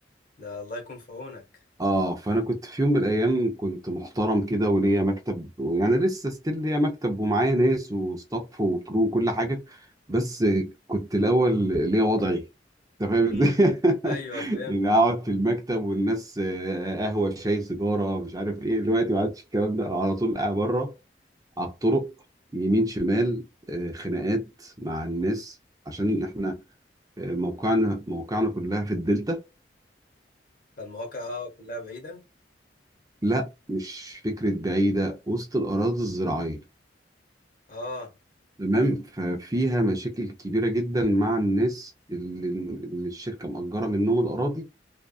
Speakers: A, on the left; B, on the right.
A: ده الله يكون في عونك
B: اه فانا كنت في يوم من الايام كنت محترم كده وليا مكتب يعني لسه ستيل ليا مكتب ومعايا ناس وستاف وكرو وكل حاجه بس كنت الاول ليا وضعي انت فاهم
A: امم
B: ازاي <laughs>
A: ايوه فهمت
B: يعني اقعد في المكتب والناس آه، قهوه شاي سيجاره مش عارف ايه دلوقتي ما عادش الكلام ده أنا على طول قاعد بره على الطرق يمين شمال آه، خناقات مع الناس عشان احنا آه، موقعنا موقعنا كلها في الدلتا
A: فالمواقع اه كلها بعيده
B: لا مش فكرة بعيدة وسط الأراضي الزراعية
A: اه
B: تمام ففيها مشاكل كبيرة جدا مع الناس اللي, اللي الشركة مأجرة منهم الأراضي